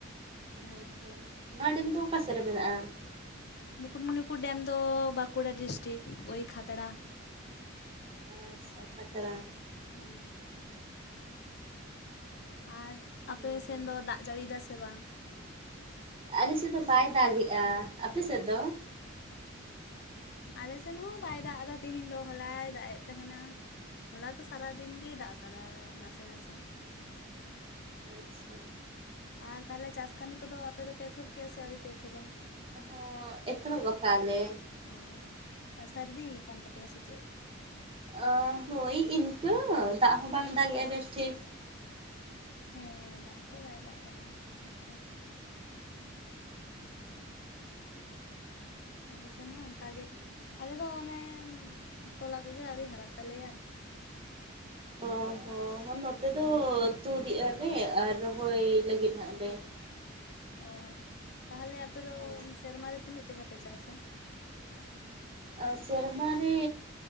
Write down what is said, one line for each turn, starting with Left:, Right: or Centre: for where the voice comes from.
Left: ᱦᱳᱭ
Right: ᱦᱳᱭᱛᱚ ᱱᱚᱣᱟ ᱰᱮᱢ ᱫᱚ ᱚᱠᱟ ᱥᱮᱫ ᱨᱮ ᱢᱮᱱᱟᱜᱼᱟ
Left: ᱢᱩᱠᱩᱴᱢᱩᱱᱤᱯᱩᱨ ᱰᱮᱢ ᱫᱚ ᱵᱟᱸᱠᱩᱲᱟ ᱰᱤᱥᱴᱤᱠ ᱳᱭ ᱠᱷᱟᱛᱲᱟ
Right: ᱟᱪᱪᱷᱟ ᱠᱷᱟᱛᱲᱟ
Left: ᱦᱮᱸ ᱟᱨ
Right: ᱦᱩᱸ
Left: ᱟᱯᱮ ᱥᱮᱱ
Right: ᱦᱩᱸ
Left: ᱫᱚ ᱫᱟᱜ ᱡᱟᱹᱲᱤ ᱫᱟᱭ ᱥᱮ ᱵᱟᱝ
Right: ᱟᱞᱮ ᱥᱮᱫ ᱫᱚ ᱵᱟᱭ ᱫᱟᱜᱮᱜᱼᱟ ᱟᱯᱮ ᱥᱮᱫ ᱫᱚ
Left: ᱟᱞᱮ ᱥᱮᱱ ᱦᱚᱸ ᱵᱟᱭ ᱫᱟᱜ ᱮᱫᱟ ᱛᱮᱦᱤᱧ ᱫᱚ ᱦᱚᱞᱟᱭ ᱫᱟᱜ ᱮᱫ ᱛᱟᱦᱮᱱᱟ ᱦᱚᱞᱟ ᱛᱚ ᱥᱟᱨᱟ ᱫᱤᱱ ᱜᱮᱭ ᱫᱟᱜ ᱟᱠᱟᱫᱟ ᱱᱟᱥᱮ ᱱᱟᱥᱮ
Right: ᱟᱪᱪᱷᱟ
Left: ᱟᱨ ᱛᱟᱦᱚᱞᱮ ᱪᱟᱥ ᱠᱟᱹᱢᱤ ᱠᱚᱫᱚ ᱟᱯᱮ ᱫᱚᱯᱮ ᱮᱛᱚᱦᱚᱵ ᱠᱮᱭᱟ ᱥᱮ ᱟᱹᱣᱨᱤᱯᱮ ᱮᱛᱚᱦᱚᱵᱟ?
Right: ᱦᱳᱭ ᱮᱛᱚᱦᱵ ᱟᱠᱟᱜ-ᱞᱮ
Left: ᱚ ᱥᱟᱹᱨᱫᱤᱠᱟᱱ ᱛᱟᱯᱮᱭᱟ ᱥᱮ ᱪᱮᱫ
Right: ᱚ, ᱦᱳᱭ ᱤᱱᱠᱟᱹ ᱫᱟᱜ ᱦᱚᱸ ᱵᱟᱝ ᱫᱟᱜᱮᱜᱼᱟ ᱵᱮᱥᱴᱷᱤᱠ
Left: ᱦᱮᱸ ᱫᱟᱜ ᱛᱚ ᱵᱟᱭ ᱫᱟᱜ ᱮᱼᱟ ᱴᱷᱤᱠ-ᱴᱷᱟᱠ᱾ ᱟᱞᱮ ᱥᱮᱱ ᱦᱚᱸ ᱚᱱᱠᱟᱜᱮ ᱟᱞᱮ ᱫᱚ ᱚᱱᱮ ᱛᱚᱞᱟ ᱠᱚᱜᱮ ᱟᱹᱣᱨᱤ ᱦᱟᱨᱟᱜ ᱛᱟᱞᱮᱭᱟ
Right: ᱚ ᱦᱚᱸ ᱱᱚᱛᱮ ᱫᱚ ᱛᱩᱫᱮᱜ-ᱟᱞᱮ ᱟᱨ ᱨᱚᱦᱚᱭ ᱞᱟᱹᱜᱤᱫ ᱱᱟᱜ ᱞᱮ
Left: ᱚᱻ ᱛᱟᱦᱚᱞᱮ ᱟᱯᱮ ᱫᱚ
Right: ᱦᱚᱸ
Left: ᱥᱮᱨᱢᱟᱟᱨ ᱨᱮ ᱛᱤᱱᱟᱹᱜ ᱛᱮᱜᱷᱟᱯᱮ ᱪᱟᱥᱟ
Right: ᱟ, ᱥᱮᱨᱢᱟ ᱨᱮ